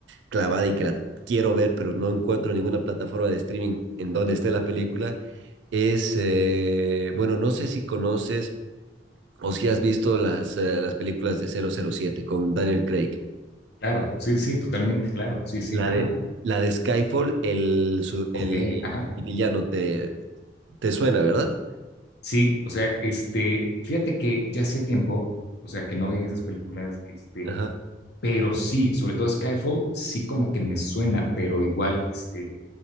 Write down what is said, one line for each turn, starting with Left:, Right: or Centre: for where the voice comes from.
Right: clavada y que la quiero ver, pero no encuentro ninguna plataforma de streaming en donde esté la película. Es, eh, bueno, no sé si conoces o si has visto las, eh, las películas de 007 con Daniel Craig.
Left: Claro, sí, sí, totalmente, claro, sí, sí,
Right: La
Left: ajá.
Right: de, la de Skyfall, el, su- el,
Left: Ok, ajá.
Right: el villano, ¿te, Te suena, ¿verdad?
Left: Sí, o sea, este, fíjate que ya hacía tiempo, o sea, que no veía esas películas, este,
Right: Ajá.
Left: pero sí, sobre todo Skyfall, sí como que me suena, pero igual, este,